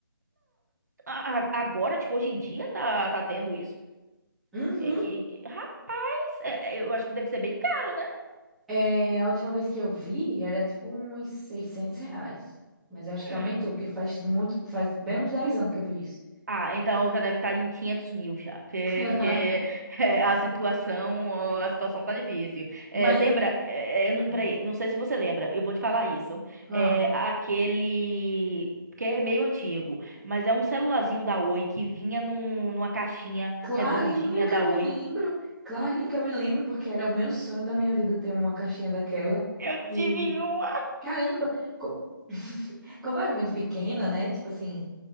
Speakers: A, on the right (about 50°); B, in the centre.
A: A- a- Agora, tipo, hoje em dia tá, tá tendo isso?
B: Uhum,
A: É que, que- rapaz, é- é, eu acho que deve ser bem caro, né?
B: É, a última vez que eu vi era tipo uns 600 reais. Mas eu acho que
A: Hum.
B: aumentou, porque faz muito, faz bem uns 10 anos que eu vi isso.
A: Ah, então já deve estar em 500 mil já, porque
B: <laughs>
A: porque, <laughs> é, a situação, ó, a situação tá difícil. É,
B: Mas,
A: lembra, é,
B: hum,
A: é, não- peraí, não sei se você lembra, eu vou te falar isso.
B: ah,
A: É, aquele, que é meio antigo, mas é um celularzinho da Oi que vinha num, numa caixinha
B: clarinho
A: redondinha
B: que
A: da
B: eu me
A: Oi.
B: lembro, clarinho
A: Hum,
B: que eu me lembro, porque era o meu sonho da minha vida ter uma caixinha daquela.
A: eu
B: E,
A: tive um.
B: caramba, co- <laughs> como eu era muito pequena, né? Tipo assim,